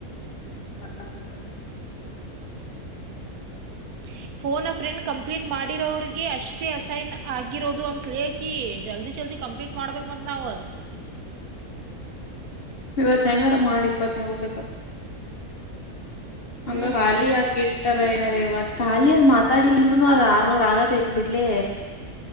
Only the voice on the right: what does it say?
ಹ್ಮ ಫೋನ್ ಆ ಫ್ರೆಂಡ್ ಕಂಪ್ಲೀಟ್ ಮಾಡಿರೋರಿಗೆ ಅಷ್ಟೇ ಅಸೈನ್ ಆಗಿರೋದು ಅಂತಲೇಕಿ ಜಲ್ದಿ ಜಲ್ದಿ. ಕಂಪ್ಲೀಟ್ ಮಾಡ್ಬೇಕ ಮತ್ ನಾವು.
ಹ್ಮ್